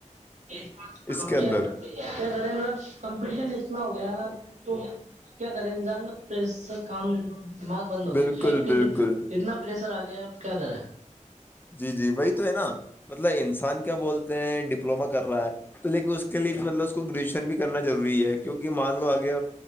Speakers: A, on the right; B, on the left.
A: کیا
B: اس کے اندر
A: کیا کرے مطلب کمپٹیشن اتنا ہو گیا نا تو کیا کرے انسان کا پس کام دماغ بند ہو گیا
B: بالکل بالکل
A: اتنا پے سر آ گیا آپ کیا کریں ہیں
B: جی جی وہی تو ہے نا مطلب انسان کیا بولتے ہیں ڈپلوما کر رہا ہے تو لیکن اس کے لیے بھی مطلب اس کو گریجوشن بھی کرنا ضروری ہے کیونکہ مان لو آگے